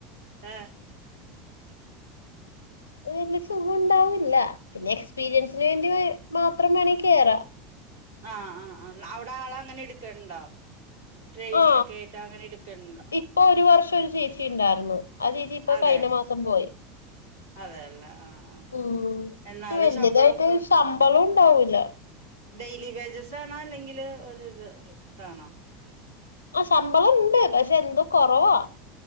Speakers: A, on the right; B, on the left.
A: ഏ
B: വല്യയ സുഖം ഉണ്ടാവില്ല പിന്നെ എക്സ്പീരിയൻസിന് വേണ്ടി മാത്രം വേണെങ്കിൽ കേറാം
A: ആഹ് ആഹ്ആഹ് അവിടെ ആള അങ്ങനെ എടുക്കണ്ടോ ട്രെയിനി
B: ആ
A: ഒക്കെ ആയിട്ട് അങ്ങനെ എടുക്കണ്ടോ
B: ഇപ്പൊ ഒരു വർഷം ഒരു ചേച്ചി ഉണ്ടായിരുന്നു ആ ചേച്ചി ഇപ്പൊ
A: അതെല്ലേ
B: കഴിഞ്ഞ മാസം പോയി
A: അതെല്ലേ ആഹ് ആഹ്
B: ഉ
A: എന്നാല്
B: വലിയതായിട്ട്
A: ശമ്പളമൊക്കെ
B: ശമ്പളം ഉണ്ടാവൂില്ല
A: ഡെയിലി വേജസ് ആണോ അല്ലെങ്കിൽ ഒരുത് ഇതാണോ
B: ആഹ് ശമ്പളം ഉണ്ട് പക്ഷെ എന്തോ കൊറവാ